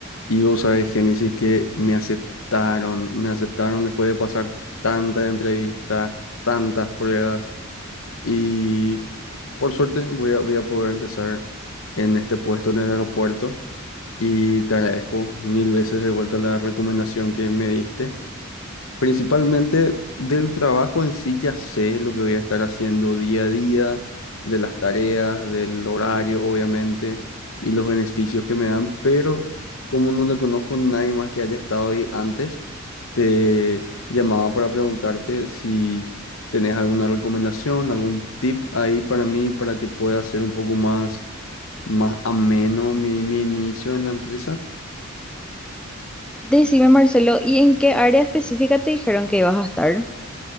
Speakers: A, on the left; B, in the centre.
A: Y vos sabés, Génesis, que me aceptaron, me aceptaron después de pasar tantas entrevistas, tantas pruebas. Y por suerte voy a, voy a poder empezar en este puesto en el aeropuerto. Y te agradezco mil veces de vuelta la recomendación que me diste. Principalmente del trabajo en sí ya sé lo que voy a estar haciendo día a día, de las tareas, del horario, obviamente, y los beneficios que me dan, pero como no le conozco a nadie más que haya estado ahí antes, te llamaba para preguntarte si tenés alguna recomendación, algún tip ahí para mí para que pueda ser un poco más, más ameno mi, mi inicio en la empresa.
B: Decime, Marcelo, ¿y en qué área específica te dijeron que ibas a estar?